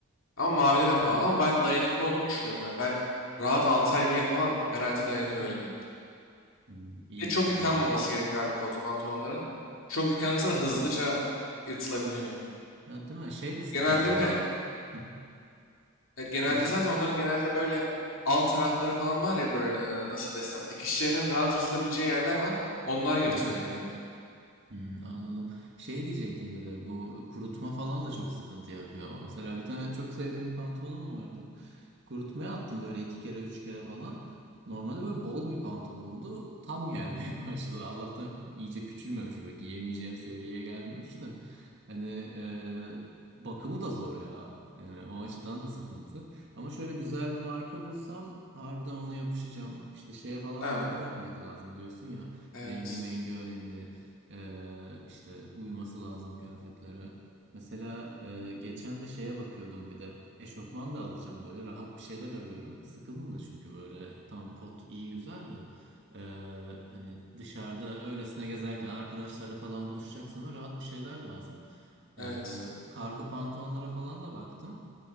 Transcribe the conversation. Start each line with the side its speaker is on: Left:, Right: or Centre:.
Left: Ama mavide de pahalı ama ben dayanıklı olduğunu düşünüyorum. Yani ben rahat 6 ay bir yıl falan garanti dayanıyor öyle diyeyim. sana.
Right: Hı, İyiymiş
Left: Ve çok
Right: o
Left: yıkanmaması
Right: zaman.
Left: gerekiyor abi kot pantolonların. Çok yıkanırsa da hızlıca yırtılabiliyor.
Right: Ya değil mi? Şey de sıkıntı
Left: Genelde
Right: ya.
Left: bir de
Right: Hı.
Left: e, genelde
Right: E, şey-
Left: zaten onların genelde böyle alt tarafları falan var ya böyle e, nasıl desem dikişlerinin rahat yırtılabileceği yerler var. Onlar yırtılıyor
Right: Hı hı.
Left: genelde.
Right: Hı, anladım. Şey diyecektim bir de bu kurutma falan da çok sıkıntı yapıyor. Mesela bir tane çok sevdiğim bir pantolonum vardı. Kurutmaya attım böyle iki kere üç kere falan. Normalde böyle bol bir pantolondu. Tam gelmeye <laughs> başladı. Allah'tan iyice küçülmemiş böyle giyemeyeceğim seviyeye gelmemiş de. Hani e, bakımı da zor ya. Yani o açıdan da sıkıntı. Ama şöyle güzel bir marka bulsam harbiden ona yapışacağım. İşte şeye falan
Left: Ha,
Right: da dikkat etmek lazım diyorsun ya.
Left: evet.
Right: Rengi mengi önemli. E, işte uyuması lazım kıyafetlere. Mesela e, geçen de şeye bakıyordum bir de. Eşofman da alacağım böyle rahat bir şeyler arıyorum. Sıkıldım da çünkü böyle tamam kot iyi güzel de e, hani dışarıda öylesine gezerken arkadaşlarla falan buluşacaksam da rahat bir şeyler lazım.
Left: Evet.
Right: E, kargo pantolonlara falan da baktım.